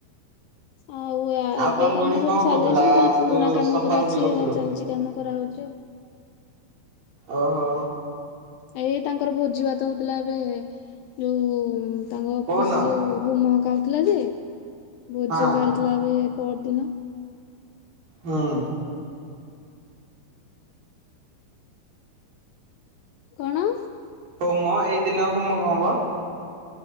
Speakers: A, on the left (about 75°); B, on the right (about 60°).
A: ଆଉ ଆ
B: ଆଉ
A: ଏବେ
B: ତମ
A: କାମ
B: ବୁଢୀ କଣ
A: ସବୁ ସାରି
B: କହୁଥିଲା
A: ଦେଇଛନ୍ତି ଖାଲି ପୁରୁଣା
B: ଯୋଉ
A: କାମ
B: ସଫାସଫି
A: ଯୋଉରା ଅଛି
B: କରୁଥିଲୁ?
A: ହେରା ଚାଲଚି। କାମ କରା ହଉଚି ଆଉ।
B: ଓହୋ।
A: ଆ ଏଇ ତାଙ୍କର ଭୋଜି ଭାତ ହଉଥୁଲା ଏବେ ଯୋଉ ତାଙ୍କ ଅଫିସ୍
B: କୋଉଦିନ
A: ଯୋଉ ହୁମ ହକା ହଉଥୁଲା ଯେ ଭୋଜି
B: ହଁ
A: ହକା ହେଇଥିଲା ଏବେ ପଅରଦିନ।
B: ହଁ।
A: କଣ?
B: ହୋମ ଏଇ ଦିନ ହୋମ କଁ ବ?